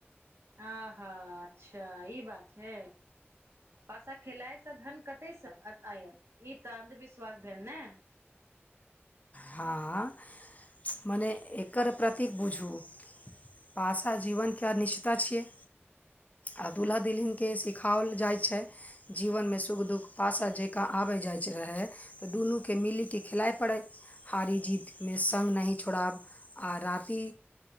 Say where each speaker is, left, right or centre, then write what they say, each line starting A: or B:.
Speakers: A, on the right (about 75°); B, on the left (about 35°).
A: आहा अच्छा ई बात छै पासा खिलाइ सँ धन कतेसँ आयल ई तऽ अन्धविश्वास भेल नै
B: हँ मने एकर प्रतीक बुझू पासा जीवन के अनिश्चितता छियै आ दुल्हा दूलहिन केँ सिखाओल जाइत छै जीवनमे सुख दुःख पासा जकाँ आबत जाइत रहै तऽ दुनूकेँ मिलि कऽ खिलाइ पड़य हारी जीतमे संग नहि छोड़ब आ राति